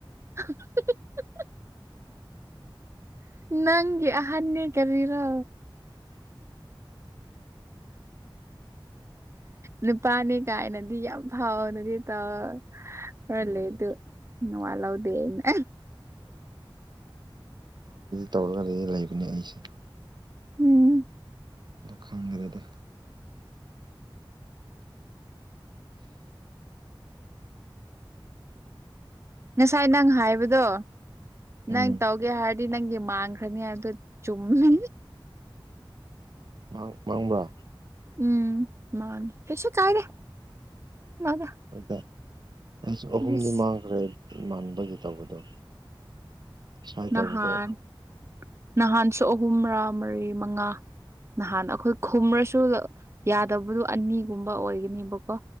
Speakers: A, on the right; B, on the right.
A: <unintelligible> ꯅꯪꯒꯤ ꯑꯍꯟꯅꯤ ꯀꯔꯤꯔꯣ ꯅꯨꯄꯥꯅꯤ ꯀꯥꯏꯅꯗꯤ ꯌꯥꯝ ꯐꯥꯎꯕꯅꯤ ꯇꯧ ꯈꯔꯂꯩ
B: ꯎꯝ
A: ꯑꯗꯨ ꯅꯧꯋꯥ ꯂꯧꯗꯦ ꯑꯩꯅ
B: ꯇꯧꯔꯒ ꯂꯩꯗꯤ ꯂꯩꯕꯅꯦ ꯑꯩꯁꯨ
A: ꯎꯝ
B: ꯈꯪꯗ꯭ꯔꯦꯗ
A: ꯉꯁꯥꯏ ꯅꯪ ꯍꯥꯏꯕꯗꯣ ꯅꯪ
B: ꯎꯝ
A: ꯇꯧꯒꯦ ꯍꯥꯏꯔ ꯗꯤ ꯅꯪꯗꯤ ꯃꯥꯥꯡꯈꯔꯅꯤ ꯍꯥꯏꯕꯗꯨ ꯆꯨꯝꯃꯤ
B: ꯃꯥꯡ ꯃꯥꯡꯕ꯭ꯔꯥ
A: ꯎꯝ ꯃꯥꯅꯤ ꯀꯩꯁꯨ ꯀꯥꯏꯗꯦ <unintelligible>
B: ꯑꯗꯥ ꯑꯩꯁꯨ ꯑꯍꯨꯝꯗꯤ
A: ꯂꯤꯁ
B: ꯃꯥꯡꯈ꯭ꯔꯦ ꯏꯃꯥꯟꯅꯕꯒꯤ ꯇꯧꯕꯗꯣ ꯉꯁꯥꯏ
A: ꯅꯍꯥꯟ
B: ꯇꯧꯕꯗꯣ
A: ꯅꯍꯥꯟꯁꯨ ꯑꯍꯨꯝꯔ ꯃꯔꯤ ꯃꯉꯥ ꯅꯍꯥꯟ ꯑꯩꯈꯣꯏ ꯈꯨꯝꯔꯁꯨ ꯌꯥꯗꯕꯗꯣ ꯑꯅꯤꯒꯨꯝꯕ ꯑꯣꯏꯒꯅꯤꯕꯀꯣ